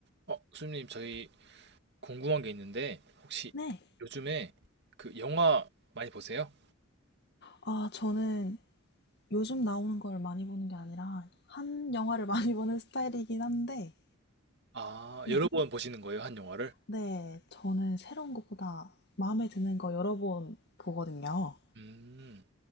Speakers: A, on the right (about 55°); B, on the left (about 50°).
A: 어, 수님님, 저희 궁금한 게 있는데, 혹시
B: 네.
A: 요즘에 그 영화 많이 보세요?
B: 아, 저는 요즘 나오는 걸 많이 보는 게 아니라 한 영화를 <laughs> 많이 보는 스타일이긴 한데,
A: 아,
B: 네.
A: 여러 번 보시는 거예요, 한 영화를?
B: 네, 저는 새로운 것보다 마음에 드는 거 여러 번 보거든요.
A: 음,